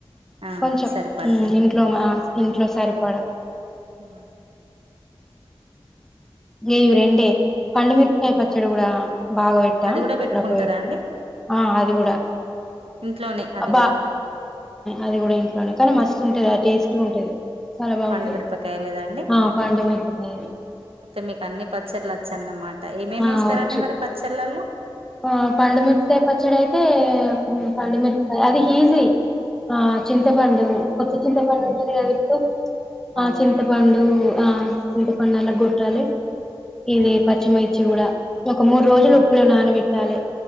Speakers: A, on the right; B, in the centre.
A: ఆ
B: కొంచెం
A: సరిపడా
B: హు ఇంట్లో మా ఇంట్లో సరిపడ
A: హు
B: ఏ ఇవి రెండే పండుమిరకాయ
A: ఉమ్.
B: పచ్చడి కూడా బాగా పెట్టా
A: అది కూడా
B: అప్పుడప్పుడు
A: పెట్టుకుంటారా అండి
B: ఆ అది కూడా
A: ఇంట్లోనే అది
B: బా
A: కూడా
B: అది కూడా ఇంట్లోనే కానీ మస్తు ఉంటది అది టేస్ట్ గా ఉంటది చాలా బాగుంటది
A: పండు మిరపకాయలేదా అండి
B: ఆ పండు మిరపకాయలు
A: అయితే మీకు అన్ని పచ్చళ్ళు వచ్చు అన్నమాట ఏమేమి
B: ఆ
A: ఇస్తారండి
B: వచ్చు
A: మరి పచ్చళ్లలో
B: ఆ పండు మిరపకాయ పచ్చడి అయితే పండు మిరపకాయ అది ఈజీ ఆ చింతపండు కొత్త చింతపండు ఉంటుంది కదా ఇప్పుడు ఆ
A: అవునండి
B: చింతపండు ఆ చింతపండు నల్లగొట్టాలే ఇది పచ్చిమిర్చి కూడా ఇగ ఒక మూడు రోజులు
A: ఆ
B: ఉప్పులో నానబెట్టాలే